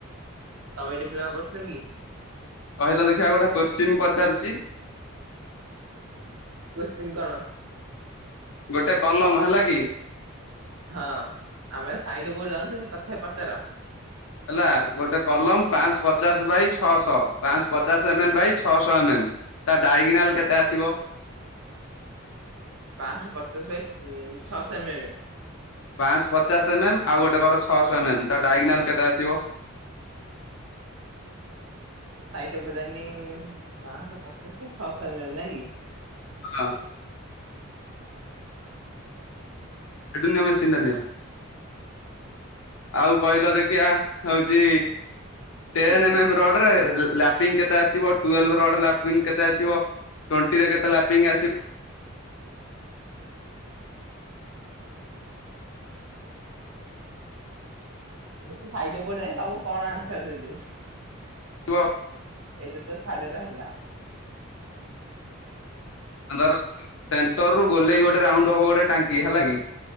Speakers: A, on the right; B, on the left.
A: ତମେ ଡିପ୍ଲମା କରିଥିଲ କି?
B: କହିଲା ଦେଖିବା ଗୋଟେ କୋଶ୍ଚିନ୍ ପଚାରୁଛି?
A: କୋଶ୍ଚିନ୍ କଣ?
B: ଗୋଟେ କଲମ ହେଲା କି।
A: ହଁ ଆମେ ସାଇଡ ଉପରକୁ ଯାଉନୁ ତେମେ ତଥାପି ପଚାର।
B: ହେଲା ଗୋଟେ କଲମ ପାଞ୍ଚ
A: ହଁ
B: ପଚାଶ ବାଇ ଛଅଶହ ପାଞ୍ଚ ପଚ ପଚାଶ ଏମ୍
A: ହୁଁ
B: ଏମ୍ ବାଇ ଛଅଶହ ଏମ୍ ଏମ୍ ତା ଡାଇଗିନାଲ୍ କେତେ ଆସିବ?
A: ପାଞ୍ଚଶହ ପଚାଶ ବାଇ ଛଅଶହ ଏମ୍ ଏମ୍?
B: ପାଞ୍ଚ ପଚାଶ ଏମ୍ ଏମ୍ ଆଉ ଗୋଟେ ଘର ଛଅଶହ ଏମ୍ ଏମ୍ ତା ଡାଇଗନାଲ୍ କେତେ ଆସିବ?
A: ସାଇଟ୍ ଓପରେ ଜାଣିନି ପାଞ୍ଚଶହ ପଚାଶ ଛଅଶହ ଏମ୍ ଏମ୍ ନାଇଁ କି?
B: ହଁ। ସେଠୁ ନିଅ ମେସିନ୍ ଟା ନିଅ। ଆଉ କହିଲ ଦେଖିବା ହଉଚି ଟେନ୍
A: ତ ଏତେ
B: ଏମ୍ ଏମ୍
A: କୋଶ୍ଚି
B: ରଡ଼ ରେ ଲାପିଙ୍ଗ କେତେ ଆସିବ ଟୁଏଲଭ ରଡ୍ ଲାପିଙ୍ଗ କେତେ ଆସିବ? ଟ୍ୱେଣ୍ଟିରେ କେତେ ଲାପିଙ୍ଗ୍ ଆସିବ?
A: ମୁଁ ତ ସାଇଟ ଉପରେ ଯାଇନି ତମକୁ କଣ ଆନ୍ସର ଦେବି।
B: <unintelligible>
A: ଏଇଟା ତ ଥାର୍ଡ ଇଅର୍ ହେଲା।
B: ଧର ସେଣ୍ଟର ରୁ ଗଲେଇ ଗୋଟେ ରାଉଣ୍ଡ ହବ ଗୋଟେ ଟାଙ୍କି ହେଲା କି।